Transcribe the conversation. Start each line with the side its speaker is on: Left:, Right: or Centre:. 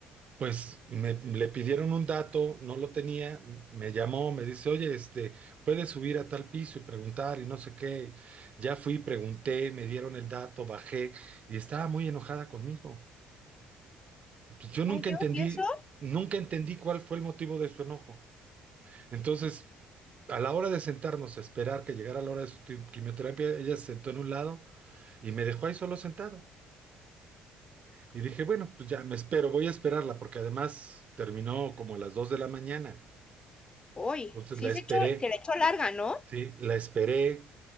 Right: Pues me, le pidieron un dato, no lo tenía, m- me llamó, me dice, oye, este, puedes subir a tal piso y preguntar y no sé qué. Ya fui, pregunté, me dieron el dato, bajé y estaba muy enojada conmigo. Entonces, yo nunca
Left: Ay, Dios,
Right: entendí,
Left: ¿y eso?
Right: nunca entendí cuál fue el motivo de su enojo. Entonces, a la hora de sentarnos a esperar que llegara la hora de su ti- quimioterapia, ella se sentó en un lado y me dejó ahí solo sentado. Y dije, bueno, pues ya me espero, voy a esperarla porque además terminó como a las 2 de la mañana.
Left: Uy,
Right: Entonces
Left: sí
Right: la esperé,
Left: se echó, se le echó larga, ¿no?
Right: sí, la esperé,